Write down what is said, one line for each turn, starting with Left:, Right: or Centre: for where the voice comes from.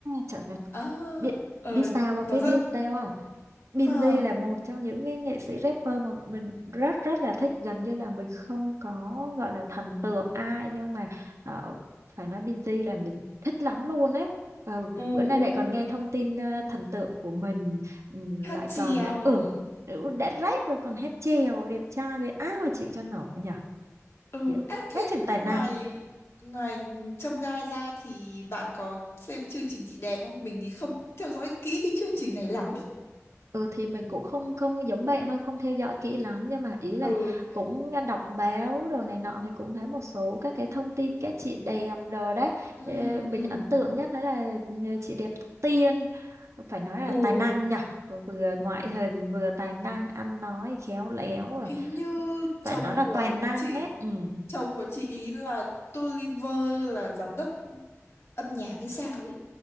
Right: trời ơi
Left: ờ
Right: biết
Left: ờ
Right: biết sao không
Left: nó
Right: biết
Left: rất
Right: biết sao không Binz
Left: ha
Right: là một trong những cái nghệ sĩ rapper mà mình rất rất là thích gần như là mình không có gọi là thần tượng ai nhưng mà ờ, phải nói Binz là mình thích lắm luôn ấy ừ,
Left: u
Right: bữa nay lại
Left: u
Right: còn nghe thông tin ờ, thần tượng của mình ừ,
Left: hát
Right: lại
Left: chèo
Right: còn ờ, ừ ừ, đã rap rồi còn hát chèo đẹp trai vậy ai mà chịu cho nổi nhỉ
Left: Ừ,
Right: kiểu
Left: ế,
Right: quá
Left: thế
Right: chừng tài
Left: ngoài
Right: năng
Left: ngoài chông gai ra thì bạn có xem chương trình chị đẹp không? Mình thì không theo dõi kỹ cái chương trình này lắm ý.
Right: ừ thì mình cũng không không giống bạn thôi không theo dõi kỹ lắm nhưng mà ý là
Left: Ừ,
Right: cũng đọc báo đồ này nọ thì cũng thấy một số các cái thông tin các chị đẹp rồi đấy
Left: ừ,
Right: Ờ, mình
Left: ừ.
Right: ấn tượng nhất đó là ừ, chị đẹp Tóc Tiên phải nói là
Left: Ừ,
Right: tài năng nhỉ vừa ngoại hình vừa tài năng ăn nói khéo léo rồi
Left: hình như chồng
Right: phải nói là
Left: của
Right: toàn năng
Left: chị
Right: ấy ừ
Left: chồng của chị ý là Toliver là giám đốc âm nhạc hay sao ấy.